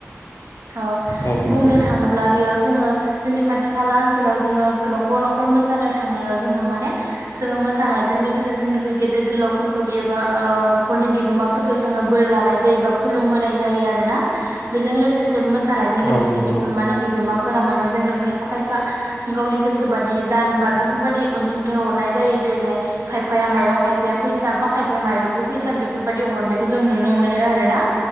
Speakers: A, on the right; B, on the left.
A: अ
B: औ नंगौ
A: बुंनो थाङोब्ला बेयाव जोङो जोंनि खाथि खाला ओनसोलाव जोङो नखर नख न'खर मोसानो थांनायाव जोंहा माने जोङो मोसानायजों लोगोसे जोंनिख्रुइ गेदेर गोलावफोरखौ एबा ओ न'खरनि बिगोमाफोरखौ जोङो बोर लानाय जायो बा खुलुमबोनाय जायो आरो ना बेजों लोगोसे नायजों लोगोसे
B: औ नंगौ
A: बेफोर माने बिगोमाफोरा माने जोंनो खायफा खायफा गावनि गोसो बादि दान बा बेफोरबायादि अनसुंथाइ हरनाय जायो जेरैहाय खायफाया माइरं खायफाया फैसा बा खायफाया माइरं बा फैसा बेफोरबादि हरनायखौ जों नुनो मोनो आरो ना